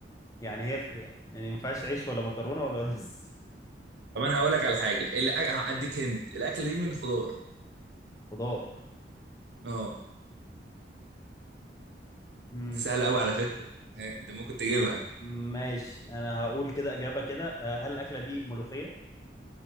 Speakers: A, on the left; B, on the right.
A: يعني هي في يعني ما ينفعش عيش ولا مكرونه ولا رز
B: طب انا هقول لك على حاجه الأ- هديك هنت الاكله دي من خضار
A: <laughs> خضار
B: اه
A: امم
B: دي سهلة أوي على فكرة ها، ده ممكن تجيبها
A: ماشي انا هقول كده اجابه كده أه، هل الاكله دي ملوخيه